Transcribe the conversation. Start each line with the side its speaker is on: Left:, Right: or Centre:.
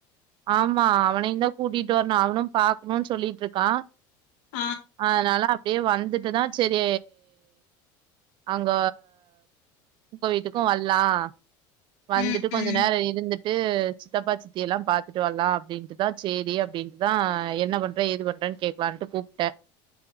Right: ஆமா அவனையும் தான் கூட்டிட்டு வரணும் அவனும் பாக்கணும்னு சொல்லிட்டு இருக்கான்
Left: ஆ
Right: அதனால அப்டியே வந்துட்டு தான் செரி அங்க உங்க வீட்டுக்கும் வரலாம் வந்துட்டு
Left: ம்
Right: கொஞ்ச
Left: ம்
Right: நேரம் இருந்துட்டு ட்டு சித்தப்பா சித்தி எல்லாம் பாத்துட்டு த்துட்டு வரலாம் அப்படின்ட்டுதான் செரி அப்படின்ட்டுதான் என்ன பண்ற எது பண்றேன்னு கேக்கலான்ட்டு கூப்டேன்